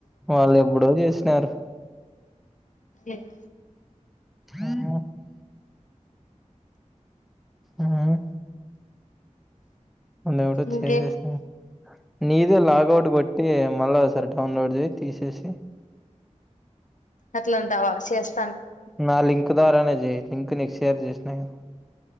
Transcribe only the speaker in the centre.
వాళ్ళు ఎబ్బుడో చేసినారు
ఉహ్ ఉహ్ మనది ఎబ్బుడో
చేసినారు నీదే లాగౌట్ కొట్టి మళ్ళా సరే డౌన్లోడ్ చేయి తీసేసి
నా లింక్ లింక్ ద్వారనే చేయి లింక్ నీకు షేర్ చేసినా గా